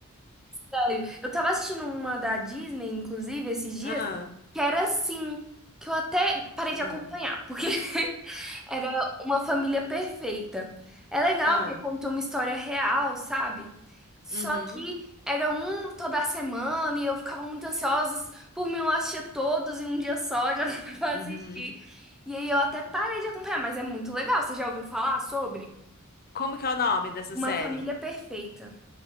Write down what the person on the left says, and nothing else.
Ah,
ah,
ah.
Uhum,
uhum.
Como que é o nome dessa
série?